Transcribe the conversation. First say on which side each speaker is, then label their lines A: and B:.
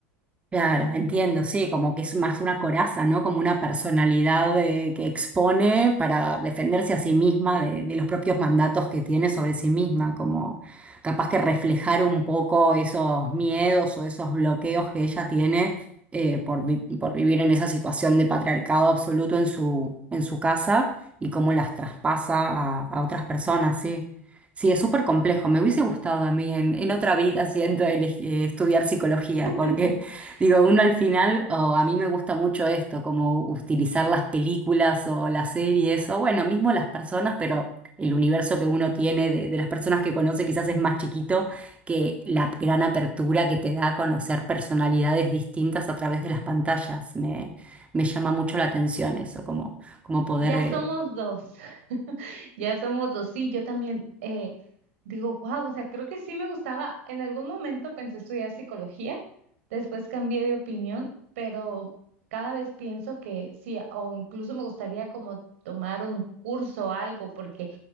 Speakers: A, on the right; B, on the right.
A: Claro, entiendo, sí, como que es más una coraza, ¿no? Como una personalidad eh, que expone para defenderse a sí misma de, de los propios mandatos que tiene sobre sí misma, como capaz que reflejar un poco esos miedos o esos bloqueos que ella tiene eh, por, vi- por vivir en esa situación de patriarcado absoluto en su, en su casa y cómo las traspasa a, a otras personas, sí. Sí, es súper complejo. Me hubiese gustado a mí en, en otra vida, siento, elegi- eh, estudiar psicología,
B: <laughs>
A: porque Digo, uno al final, o a mí me gusta mucho esto, como utilizar las películas o las series, o bueno, mismo las personas, pero el universo que uno tiene de, de las personas que conoce quizás es más chiquito que la gran apertura que te da a conocer personalidades distintas a través de las pantallas. Me, me llama mucho la atención eso, como, como poder
B: Ya
A: eh,
B: somos dos, <laughs> ya somos dos. Sí, yo también eh, digo, wow, o sea, creo que sí me gustaba. En algún momento pensé estudiar psicología, después cambié de opinión, pero cada vez pienso que sí, o incluso me gustaría como tomar un curso o algo, porque